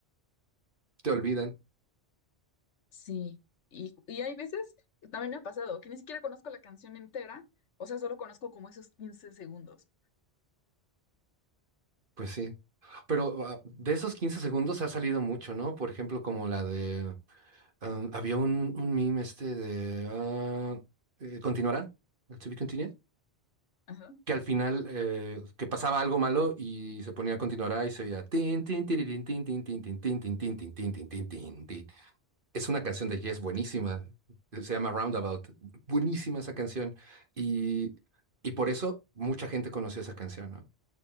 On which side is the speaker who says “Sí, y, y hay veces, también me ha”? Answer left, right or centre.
Left